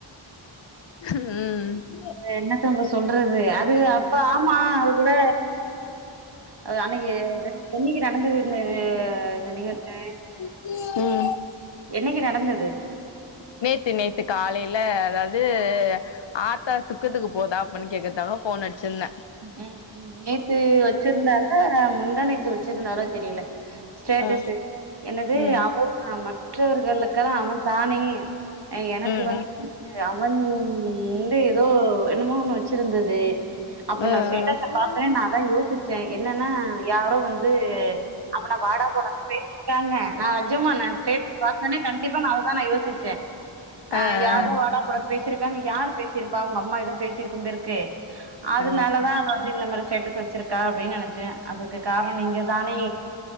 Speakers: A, on the left; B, on the right.
A: ம்
B: என்னத்தங்க சொல்றது அது அப்ப ஆமா அது கூட அ அன்னைக்கி என்னனைக்கி நடந்தது இந்த இந்த நிகழ்சி
A: ம்
B: என்னைக்கி நடந்தது
A: நேத்து நேத்து காலையில அதாவது ஆத்தா துக்கத்துக்கு போதா அப்பன் கேக்க தாங்க ஃபோன அச்சிந்தே
B: ம் ம் நேத்து வச்சிருந்தாலா முந்தா நேத்து வச்சிருந்தாலோ தெரியில்ல ஸ்டேட்டஸ்சு
A: ஆ
B: என்னது
A: ம்
B: அவ மற்றவர்களுக்கெல்லா அவன் தானே எனக்கு
A: ம் ம்
B: வந்து அவன் வந்து எதோ என்னமோ ஒண்ணு வச்சிருந்தது அப்ப
A: ம் ம்
B: நா ஸ்டேட்டஸ்ச பாக்குறே நா தா யோசிச்சே என்னன்னா யாரோ வந்து அவன வாடா போடான் பேசி இருக்காங்க நா நெஜமா நா ஸ்டேட்டஸ் பாத்தனே கண்டிப்பா நா அததா யோசிச்சே அ
A: ஆ ஆ
B: யாரோ வாடா போடான் பே சிருக்காங் யார் பேசியிருப்பா அவங்க அம்மா எது பேசியிருக்கும் பேருக்கு அதனாலதா
A: ஆ
B: வந்து இந்த மாரி ஸ்டேட்டஸ் வச்சிருக்கா அப்டின் நெனைச்சே அதுக்கு காரோ நீங்க தானே